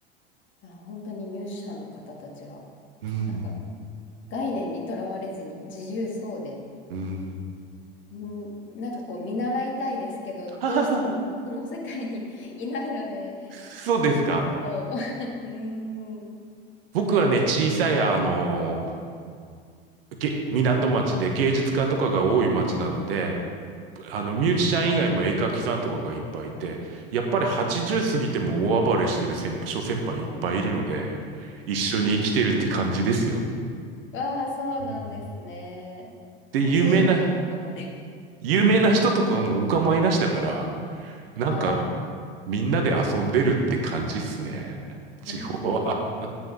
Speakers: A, on the left; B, on the right.
A: あ、本当にミュージシャンの方たちは、
B: うん、
A: なんか概念にとらわれずに自由そうで、
B: うん。
A: うん、なんかこう見習いたいですけど、
B: <laughs>
A: どうしてもなんかその世界に
B: はははは。
A: <laughs> いないので、
B: そうですか。
A: なんかこう、<laughs> うーん。
B: 僕はね、小さい、あの、げ港町で芸術家とかが多い町なので、あの、ミュージシャン以外も絵描きさんとかがいっぱいいて、やっぱり80過ぎても大暴れしてる先諸先輩いっぱいいるので、一緒に生きてるって感じですよ。
A: わあ、そうなんですね。
B: うんで、
A: 80で大暴れ。
B: 有名な、有名な人とかもお構いなしだから、なんか、
A: ああ、
B: みんなで遊んでるって感じっすね。地方は。
A: うーん。